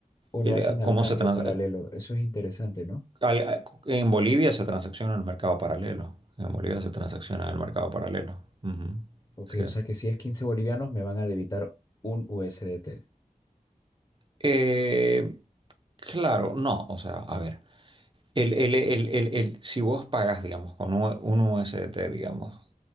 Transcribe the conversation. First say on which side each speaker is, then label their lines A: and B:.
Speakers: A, on the left; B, on the right.
A: ¿O
B: el-
A: lo hacen
B: eh, cómo
A: al cambio
B: se trans-
A: paralelo?
B: eh,
A: Eso es interesante, ¿no?
B: al- eh, en Bolivia se transacciona en el mercado paralelo. En Bolivia
A: Ah,
B: se transacciona
A: ah, ya.
B: en el mercado paralelo. Ujú,
A: ok,
B: Sí.
A: o sea que si es 15 bolivianos me van a debitar un USDT.
B: Eh, claro, no, o sea, a ver. El, el- el- el- el- si vos pagas, digamos, con un, un USDT, digamos,